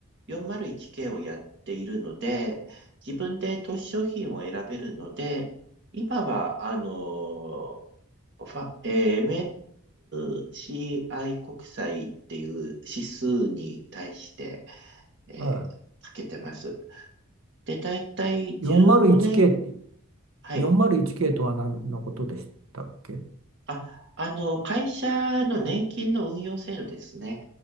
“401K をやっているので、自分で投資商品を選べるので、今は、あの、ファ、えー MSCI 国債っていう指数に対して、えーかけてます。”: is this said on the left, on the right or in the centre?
Right